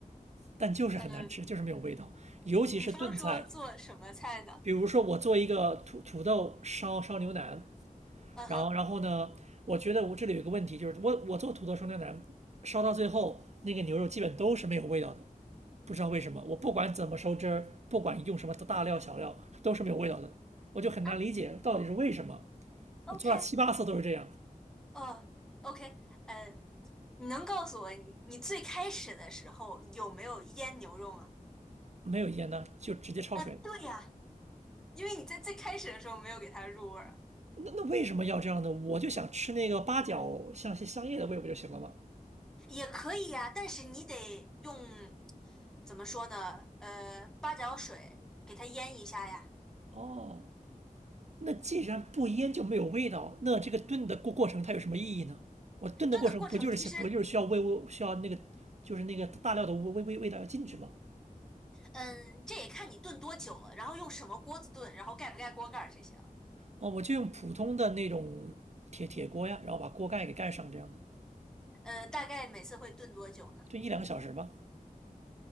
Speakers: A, on the right (about 50°); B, in the centre.
A: 但就是很难吃，
B: 呃，
A: 就是没有味道，尤其是炖菜，
B: 比方说做什么菜呢？
A: 比如说，我做一个土土豆烧烧牛腩，
B: 嗯哼，
A: 然后然后呢，我觉得我这里有一个问题，就是我我做土豆烧牛腩，烧到最后那个牛肉基本都是没有味道的，不知道为什么。我不管怎么收汁儿，不管用什么大料小料，都是没有味道的，我就很难理解到底是为什么。
B: 啊，OK，
A: 我做了七八次都是这样，
B: 哦，OK，呃，你能告诉我你你最开始的时候有没有腌牛肉吗？
A: 没有盐呢就直接焯水了。
B: 啊，对呀，因为你在最开始的时候没有给它入味儿啊
A: 那那为什么要这样呢？我就想吃那个八角香香叶的味不就行了吗？
B: 也可以呀，但是你得用怎么说呢？呃，八角水给它腌一下呀。
A: 哦，那既然不腌就没有味道，那这个炖的过过程它有什么意义呢？我炖的过程不就是想不就是需要味味需要那个就是那个大料的味味味味道要进去吗？
B: 炖的过程其实，嗯，这也看你炖多久了，然后用什么锅子炖，然后盖不盖锅盖儿这些了。
A: 哦，我就用普通的那种铁铁锅呀，然后把锅盖给盖上这样的，
B: 呃，大概每次会炖多久呢？
A: 炖一两个小时吧。